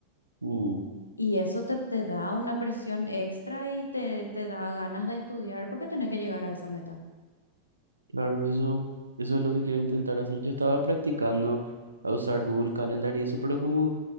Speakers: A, on the right; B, on the left.
A: mm,
B: y eso te, te da una presión extra y te, te da ganas de estudiar porque tenés que llegar a esa meta.
A: claro, eso, eso es lo que quiero intentar hacer. Yo estaba practicando a usar Google Calendar y eso, pero como